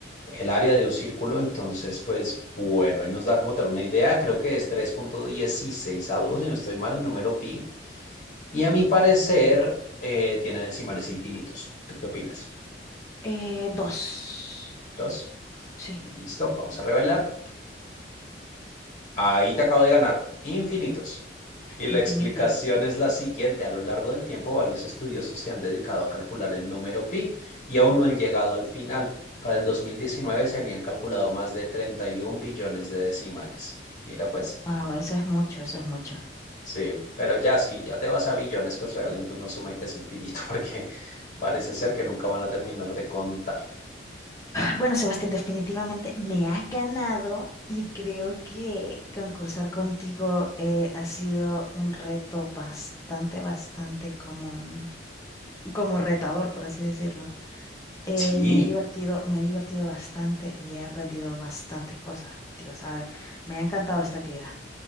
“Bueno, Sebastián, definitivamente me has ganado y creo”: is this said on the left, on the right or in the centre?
Left